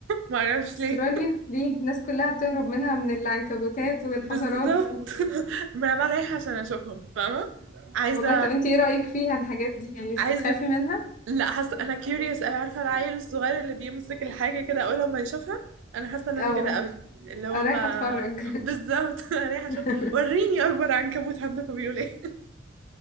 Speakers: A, on the right; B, on the left.
A: معرفش
B: استراليا
A: ليه
B: ليه الناس كلها بتهرب منها من العنكبوتات والحشرات
A: بالظبط
B: <laughs>
A: <laughs> ما انا بقى رايحة عشان اشوفهم فاهمة؟ عايزة
B: والله طب انتي ايه رأيك فيها الحاجات دي يعني مش
A: عايزة
B: بتخافي منها
A: لا حاسة انا curious أوي عارفة العيل الصغير اللي بيمسك الحاجة كده اول لما يشوفها انا حاسة ان
B: اه
A: انا كده قوي اللي هو
B: انا رايحة
A: ما
B: اتفرج
A: بالظبط <laughs> انا رايحة اشوف
B: <laughs>
A: وريني اكبر عنكبوت عندكم بيقول ايه